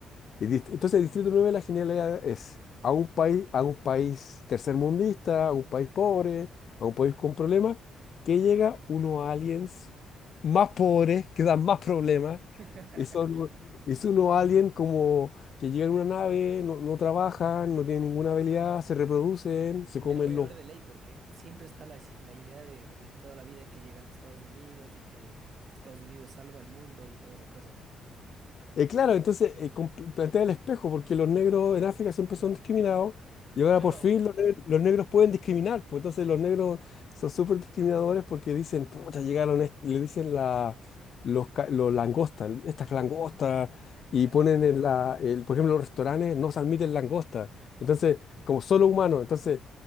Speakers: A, on the left (about 55°); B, on the right (about 55°).
A: Y dist- Entonces, el Distrito nueve, la genialidad es a un país, a un país tercermundista, a un país pobre, a un país con problemas, que llega unos aliens más pobres, que dan más problemas,
B: <laughs>
A: y son, y son unos aliens como que llegan en una nave, no, no trabajan, no tienen ninguna habilidad, se reproducen, se
B: Me
A: comen
B: la voy a
A: los,
B: ver de ley porque siempre está la, la idea de, de toda la vida que llegan a Estados Unidos y que Estados Unidos salva el mundo y toda la cosa, ¿no?
A: Eh, claro, entonces eh, com- plantea el espejo, porque los negros en África siempre son discriminados y ahora
B: Claro,
A: por fin los, neg- los negros pueden discriminar. Pues entonces los negros son súper discriminadores porque dicen, puta, llegaron, est- le dicen la, los, ca- los langostas, estas langostas, y
B: ya.
A: ponen en la, el- por ejemplo, los restaurantes no se admiten langostas. Entonces, como solo humanos, entonces,